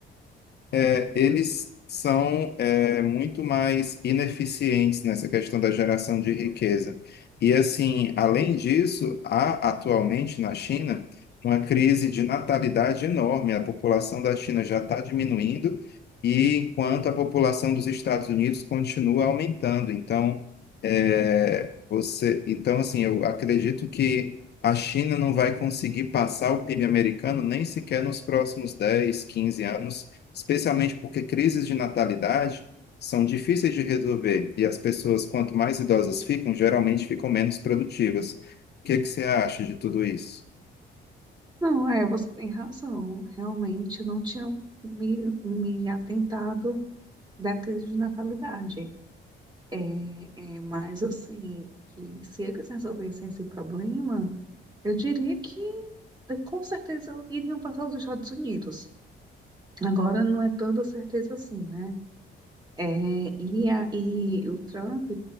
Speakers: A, on the left (about 55°); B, on the right (about 20°).
A: é, eles são é, muito mais ineficientes nessa questão da geração de riqueza. E assim, além disso, há atualmente na China uma crise de natalidade enorme. A população da China já está diminuindo, e enquanto a população dos Estados Unidos continua aumentando. Então, é, você, então assim, eu acredito que a China não vai conseguir passar o PIB americano nem sequer nos próximos 10 15 anos, especialmente porque crises de natalidade são difíceis de resolver e as pessoas, quanto mais idosas ficam, geralmente ficam menos produtivas. O que é que você acha de tudo isso?
B: Não, é, você tem razão. Realmente não tinha me, me atentado da crise de natalidade. É, é, mas assim, que se eles resolvessem esse problema Eu diria que eh, com certeza iriam passar os Estados Unidos. Agora não é tanta certeza assim, né? É, e, a, e o Trump,